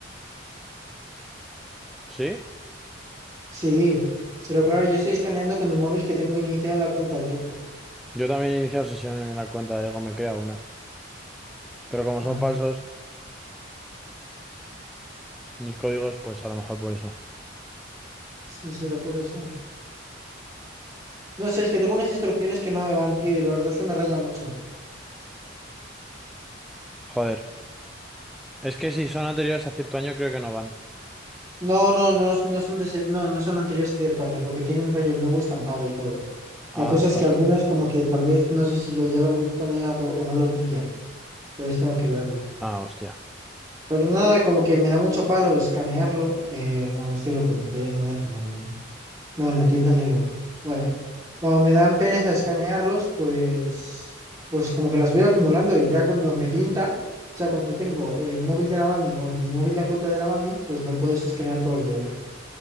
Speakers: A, in the centre; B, on the right.
A: ¿Sí?
B: Sí, pero claro, yo estoy escaneando con el móvil que tengo iniciada la cuenta de Lego.
A: Yo también he iniciado sesión en la cuenta de Lego, me crea una. Pero como
B: Ah,
A: son falsos, mis códigos, pues a lo mejor por eso.
B: sí, será por eso. No sé, es que tengo unas instrucciones que no me van, tío, y la verdad es que me raya mucho.
A: Joder. Es que si son anteriores a cierto año creo que no van.
B: No, no, no, no son de ese- no, no son anteriores a cierto año, porque tienen rollo el nuevo estampado y todo.
A: Ah,
B: La cosa
A: fuck.
B: es que algunas como que tal vez no sé si lo ya lo habré escaneado o no lo pilla. Entonces tengo que verlo.
A: Ah, hostia,
B: Pero nada, como que me da mucho palo escanearlo. Eh, no, este lo compré en una tienda online. No, en la tienda Lego. Vale. Como me dan pereza escanearlos, pues, pues como que las voy acumulando y ya cuando me pinta, o sea, cuando tengo el móvil de la mami o en mi móvil la cuenta de la mami, pues lo puedes escanear todos de una.